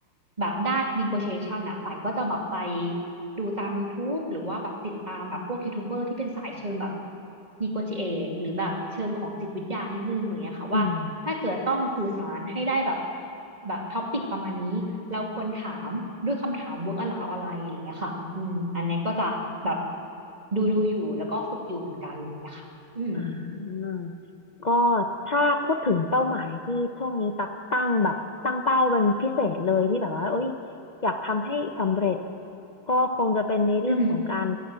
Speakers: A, on the right; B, on the left.
A: แบบด้าน negotiation อ่ะป่านก็จะแบบไปดูตาม YouTube หรือว่าแบบติดตามแบบพวกยูทูบเบอร์ที่เป็นสายเชิงแบบ negotiate หรือแบบเชิงของจิตวิทยานิดนึงอะไรเงี้ยค่ะว่าถ้าเกิดต้องสื่อสารให้ได้แบบ
B: อืม
A: แบบท็อปิกประมาณนี้เราควรถามด้วยคำถาม work around อะไรอะไรเงี้ยค่ะอืมอันเนี้ยก็จะแบบดูดูอยู่แล้วก็ฝึกอยู่เหมือนกันอะไรเงี้ยค่ะอืม
B: อ่าก็ถ้าพูดถึงเป้าหมายที่ช่วงนี้ตักตั้งแบบตั้งเป้าเป็นพิเศษเลยที่แบบว่าเอ้ยอยากทำให้สำเร็จก็คงจะเป็นในเรื่องของการ
A: อือหือ